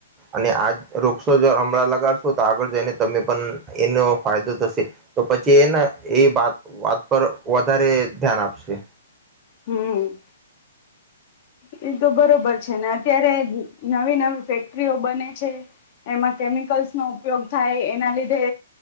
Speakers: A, on the right (about 20°); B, on the left (about 45°).
A: અને આ વૃક્ષો જોર હમણાં લગાડશો તો આગળ જઈને તમે પણ એનો ફાયદો થશે તો પછી એને એ વાત વાત પર વધારે ધ્યાન આપશે.
B: હમ્મ. એ તો બરોબર છે. ને અત્યારે નવી નવી ફેક્ટરીઓ બને છે. એમાં કેમિકલ્સનો ઉપયોગ થાય એના લીધે